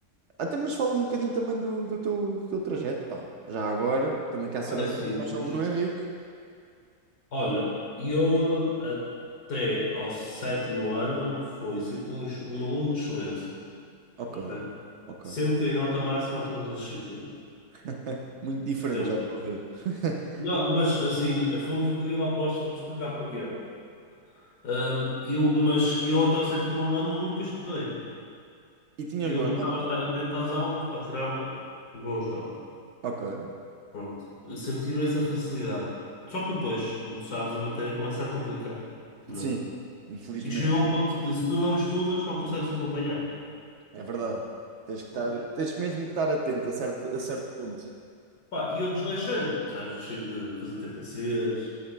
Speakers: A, on the right; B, on the left.
A: Até mas fala-me um bocadinho também do, do teu, do teu trajeto, pá. Já agora, também quero saber
B: Pá, é
A: um
B: simples.
A: bocadinho mais sobre o Henrique.
B: Olha, eu hum, até ao sétimo ano fui sempre um, um aluno de excelência,
A: Ok,
B: ok?
A: ok.
B: Sempre tirei nota máxima a todas as disciplinas.
A: <laughs> Muito diferente,
B: Sempre.
A: já estou a ver. <laughs>
B: Não, mas assim, fomos um bocadinho opostos, vou-te explicar porquê. Ahm, eu, mas eu até o sétimo ano nunca estudei.
A: E tinhas
B: Eu
A: boas
B: bastava
A: notas?
B: estar atento às aulas, pá, tirava boas notas.
A: Ok.
B: Pronto, eu sempre tive essa facilidade. Só que depois, como tu sabes, a matéria começa a complicar, né?
A: Sim. Infelizmente.
B: E chega a um ponto que se tu não estudas, não consegues acompanhar.
A: É verdade. Tens que estar,
B: Pronto.
A: tens mesmo que estar atento a certo, a certo ponto.
B: Pá, e eu desleixei-me, sabes? Deixei de fazer TPCs,